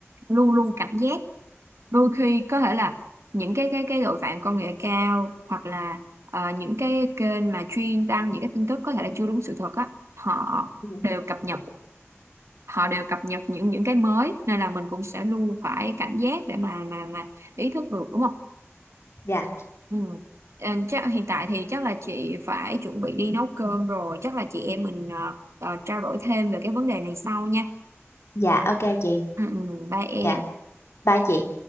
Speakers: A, on the right; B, on the left.
A: luôn luôn cảnh giác đôi khi có thể là những cái cái cái tội phạm công nghệ cao hoặc là ờ, những cái kênh mà chuyên đăng những cái tin tức có thể là chưa đúng sự thật á họ
B: dạ
A: đều cập nhật họ đều cập nhật những những cái mới nên là mình cũng sẽ luôn phải cảnh giác để mà mà mà ý thức được đúng không?
B: dạ
A: Ừ. Ờ, Chắc hiện tại thì chắc là chị phải chuẩn bị đi nấu cơm rồi chắc là chị em mình ờ, ờ, trao đổi thêm về cái vấn đề này sau nha.
B: dạ, ok chị
A: Ừ, ừ, bye em.
B: dạ bye chị